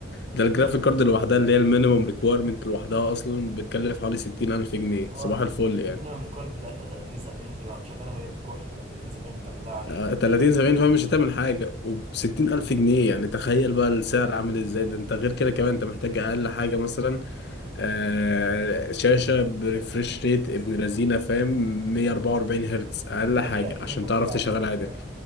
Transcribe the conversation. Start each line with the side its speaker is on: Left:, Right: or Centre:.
Right: أيوة.
Left: ده الجرافيك كارد لوحدها اللي هي المينيمم ريكويرمنت لوحدها اصلا بتكلف حوالي 60 الف جنيه
Right: اه
Left: صباح
Right: ده
Left: الفل
Right: الم-
Left: يعني
Right: المينيمم ريكويرمنت بتاعتها 30 70 دي وهتشغلها وهي بتكح يعني 30 70 بتعمل لها 20
Left: آه، 30
Right: 30
Left: 70 فاهم مش هتعمل حاجه وب 60 الف جنيه يعني تخيل بقى السعر عامل ازاي ده انت غير كده كمان انت محتاج اقل حاجه مثلا آه، شاشة بريفريش ريت ابن لذينة فاهم 144 هرتز أقل
Right: كده
Left: حاجة
Right: كده اكيد
Left: عشان
Right: هم
Left: تعرف
Right: بيقولوا
Left: تشغل
Right: هيخلوا
Left: عادي